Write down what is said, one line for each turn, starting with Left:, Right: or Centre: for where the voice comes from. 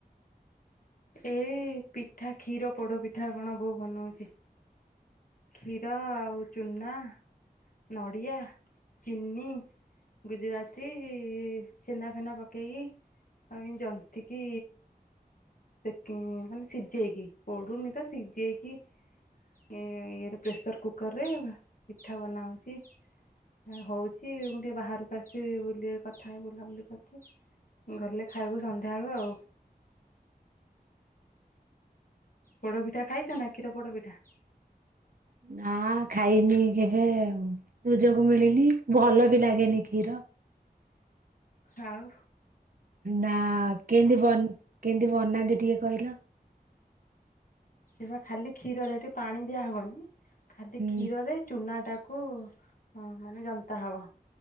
Left: ଏଇ ପିଠା କ୍ଷୀର ପୋଡ଼ପିଠା କଣ ବୋଉ ବନଉଚି। କ୍ଷୀର, ଆଉ ଚୂନା ନଡ଼ିଆ, ଚିନି, ଗୁଜୁରାତି, ଛେନାଫେନା ପକେଇକି, ଆଉ ଏମ ଜନ୍ତିକି, ସେ କିଁ ମାନେ ସିଜେଇକି, ପୋଡୁନି ତ ସିଜେଇକି, ଏଁ, ଇଏରେ ପ୍ରେସର୍ କୁକର୍ ରେ, ପିଠା ବନା ହ ଛି, ହେଁ ହଉଚି ମୁଁ, ଟିକେ ବାହାରକୁ ଆସିଚି ବୁଲି କଥା ବୁଲାବୁଲି କରୁଚି, ଗଲେ ଖାଇବୁ ସନ୍ଧ୍ୟାବେଳୁ ଆଉ। ପୋଡ଼ପିଠା ଖାଇଛ, ନା କ୍ଷୀର ପୋଡ଼ ପିଠା?
Right: ନା ଖାଇନି, କେବେ ଆଉ ସୁଯୋଗ ମିଳିନି। ଭଲ ବି, ଲାଗେନି କ୍ଷୀର।
Left: ହଉ
Right: ନା କେମତି ବନ କେମିତି ବନାନ୍ତି? ଟିକିଏ କହିଲ।
Left: ସେ ପା ଖାଲି କ୍ଷୀରରେ ଏଠି ପାଣି ଦିଆହେବନି। ଖାଲି
Right: ହୁଁ
Left: କ୍ଷୀରରେ ଚୁନା ଟା କୁ ଅ, ମାନେ ଯନ୍ତା ହବ,